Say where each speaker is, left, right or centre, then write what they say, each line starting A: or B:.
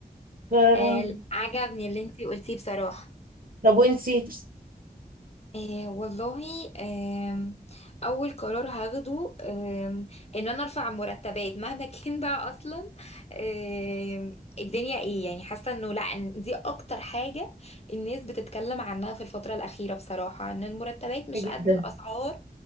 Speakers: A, on the right; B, on the left.
A: ف...
B: آه عجبني اللي انتي قلتيه بصراحة
A: طب وانتي
B: آه والله آم، اول قرار هاخده آم، ان انا ارفع مرتبات مهما <laughs> كان بقى اصلا آم، الدنيا ايه يعني حاسة انه لا إن دي اكتر حاجة الناس بتتكلم عنها في الفترة الاخيرة بصراحة ان المرتبات مش
A: جدا
B: قد مم. الاسعار